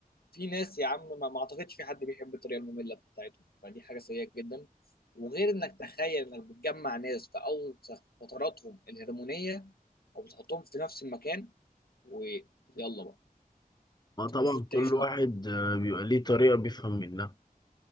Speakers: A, on the left; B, on the left.
A: في ناس يا عم ما ما اعتقدش في حد بيحب الطريقه الممله بتاعتهم فدي حاجه سيئه جدا وغير انك تخيل انك بتجمع ناس في اول فتراتهم الهرمونيه وبتحطهم في نفس المكان ويلا بقى
B: ما
A: انتوا
B: طبعا
A: المفروض تعيشوا
B: كل واحد آه، بيبقى ليه طريقة بيفهم منها